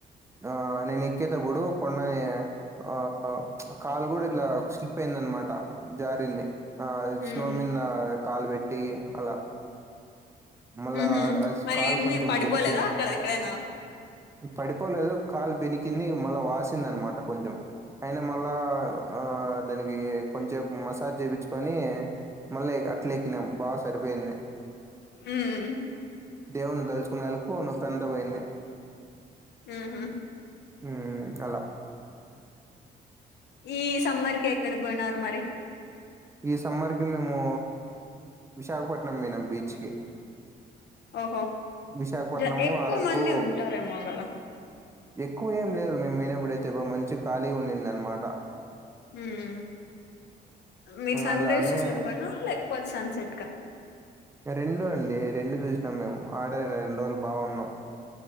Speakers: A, on the right; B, on the left.
A: ఆ నేను ఎక్కేటప్పుడు కొండ ఏ ఆ మ్చ్ కాలు కూడా ఇట్లా స్లిప్ అయింద అనమాట జారింది ఆ
B: ఉమ్
A: స్నోమింద కాలు పెట్టి అలా మళ్ళా
B: ఉహు
A: ఆ అస్
B: మరేమి
A: కాలు కొంచెం
B: పడిపోలేదా
A: బేని
B: అక్కడ ఎక్కడైనా
A: పడిపోలేదు కాలు బేనికింది మళ్ళా వాసింది అనమాట కొంచెం అయిన మళ్ళ ఆ దానికి కొంచెంపు మసాజ్ చేపిచ్చుకొని మళ్ళే అట్ల ఎక్కినం బాగా సరిపోయింది
B: ఉమ్
A: దేవుని తలుచుకునే అల్లాకు నొప్పి అంత పోయింది
B: ఉహుం
A: వ్మ్ అలా
B: ఈ సమ్మర్ కి ఎక్కడ పోయినారు మరి
A: ఈ సమ్మర్ కి మేము విశాఖపట్నం పోయినాం బీచ్ కి
B: ఓహో
A: విశాఖపట్నము
B: జ ఎక్కువ
A: అరకు
B: మంది ఉంటారేమో గదా
A: ఎక్కువ ఏం లేరు మేమ్ పోయినపుడు అయితే బా మంచి ఖాళీ ఉండిందినమాట
B: ఉం మీకు సండేస్
A: అలానే
B: చెప్పన లైక్ ప సన్ సెట్ కా
A: రెండు అండి రెండు చూసినాం మేము ఆడ రెండు రోజులు బాగున్నాం